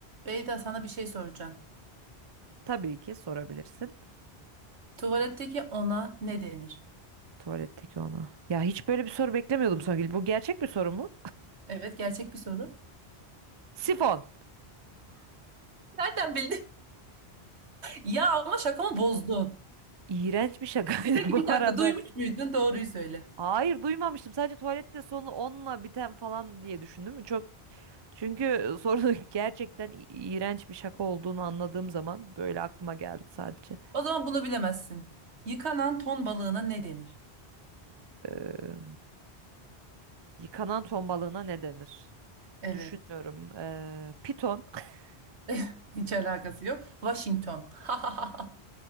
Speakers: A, on the right; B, on the right.
A: Beyda sana bir şey soracağım.
B: Tabii ki sorabilirsin.
A: Tuvaletteki ona ne denir?
B: Tuvaletteki ona. Ya hiç böyle bir soru beklemiyordum Songül. Bu gerçek bir soru mu?
A: Evet gerçek bir soru.
B: <laughs> Sifon.
A: Nereden bildin? <laughs> Ya ama şakamı bozdun.
B: İğrenç bir şakaydı
A: Peki
B: <laughs> bu
A: bir dakika
B: arada.
A: duymuş muydun? Doğruyu söyle.
B: Hayır duymamıştım. Sadece tuvalette sonu onunla biten falan diye düşündüm. Çok çünkü sorunun <laughs> gerçekten i- iğrenç bir şaka olduğunu anladığım zaman böyle aklıma geldi sadece.
A: O zaman bunu bilemezsin. Yıkanan ton balığına ne denir?
B: Ee, yıkanan ton balığına ne denir?
A: Evet.
B: Düşünüyorum. Ee, piton. <laughs>
A: <laughs> Hiç alakası yok. Washington. <laughs>